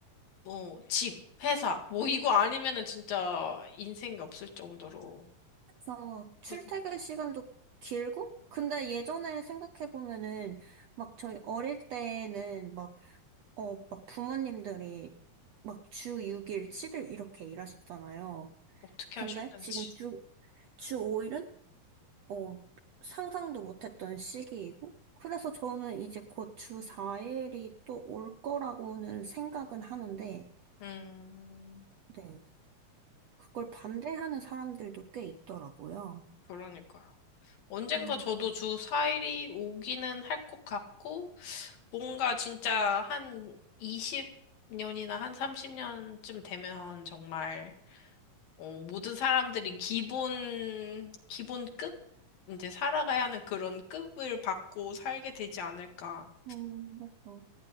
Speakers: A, on the left; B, on the right.
A: 뭐, 집, 회사, 뭐, 이거 아니면은 진짜 인생이 없을 정도로.
B: 그래서 출퇴근
A: 그,
B: 시간도 길고, 근데 예전에 생각해보면은 막 저희 어릴 때는 막 어, 막 부모님들이 막 주 6일, 7일 이렇게 일하셨잖아요.
A: 어떻게
B: 근데
A: 하셨는지.
B: 지금 주, 주 5일은, 어, 상상도 못했던 시기이고, 그래서 저는 이제 곧 주 4일이 또 올 거라고는 생각은 하는데,
A: 음,
B: 네, 그걸 반대하는 사람들도 꽤 있더라고요.
A: 그러니까요. 언젠가
B: 음,
A: 저도 주 4일이 오기는 할 것 같고, 뭔가 진짜 한 20년이나 한 30년쯤 되면 정말, 어, 모든 사람들이 기본, 기본급? 이제 살아가야 하는 그런 급을 받고 살게 되지 않을까.
B: 음, 맞죠.